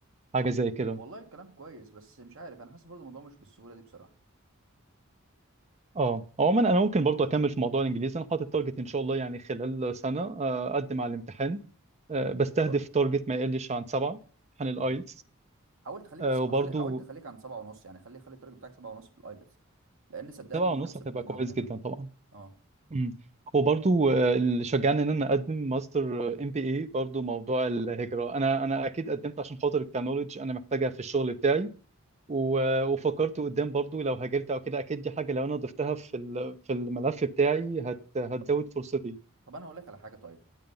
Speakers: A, on the right; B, on the right.
A: حاجه زي كده
B: والله الكلام كويس بس مش عارف انا حاسس برضو الموضوع مش بالسهوله دي بصراحه
A: اه عموما انا ممكن برضه اكمل في موضوع الانجليزي انا حاطط تارجت ان شاء الله يعني خلال سنه آه، اقدم على الامتحان آه، بستهدف
B: هو
A: تارجت ما يقلش عن سبعه امتحان الايلتس
B: مهم. حاولت اخليك
A: وبرضه
B: في السبعه خلي... حاولت اخليك عند سبعه ونص يعني خلي خلي التارجت بتاعك سبعه ونص في الايلتس لان صدقني
A: سبعة
B: المنافسه
A: ونص هتبقى
B: بتبدا من
A: كويس
B: اول هنا
A: جدا طبعا
B: اه
A: مم. وبرضو آه، اللي شجعني ان انا اقدم ماستر ام بي اي برضو موضوع الهجره انا انا اكيد قدمت عشان خاطر الكنولج انا محتاجها في الشغل بتاعي و- آه، وفكرت قدام برضو لو هاجرت او كده اكيد دي حاجه لو انا ضفتها في ال- في الملف بتاعي هت هتزود
B: طب
A: فرصتي
B: طب انا هقول لك على حاجه طيب